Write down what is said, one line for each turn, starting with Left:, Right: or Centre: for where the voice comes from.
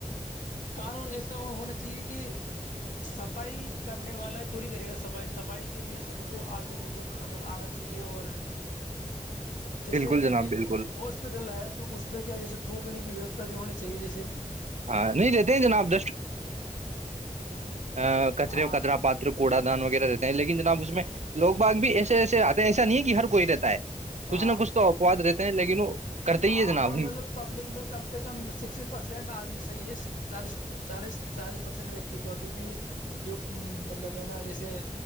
Left: قانون ایسا ہونا چاہیے کہ صفائی کرنے والا ہے تھوڑی کرے گا صفائی صفائی کے لیے سب کو آگے ابر عمل آنا چاہیے اور جیسے
Right: بالکل
Left: ابھی
Right: جناب بالکل
Left: ہاسپٹل ہے تو اس میں کیا جیسے تھوکنے کی وی بھی ہونی چاہیے جیسے
Right: ہاں نہیں رہتے ہیں جناب ا کچرے
Left: ہاں
Right: کچرا پاتر کواان رہتا ہے لیکن جناب اس میں لوگ با بھی ایسے ایسے آتے ہیں ایسا نہیں ہر کوئی دیتا ہے
Left: ہاں
Right: کچھ نہ کچھ تو اپواد رہتے ہیں لیکن وہ کرتے
Left: ہاں
Right: ہی ہے جناب
Left: ہاں مطلب پبلک میں کم سے کم سکسٹی پرسینٹ آدمی صحیح ہے چالیس چالیس چالیس پرسینٹ وتی تو ابھی بھی جو مطلب ہے نا جیسے